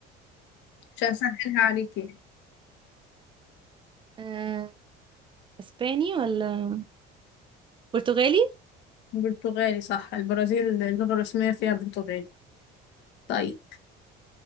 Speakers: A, on the left; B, on the right.
A: عشان أسهلها عليك يعني
B: آه، اسباني ولا برتغالي
A: برتغالي صح البرازيل اللغة الرسمية فيها برتغالي طيب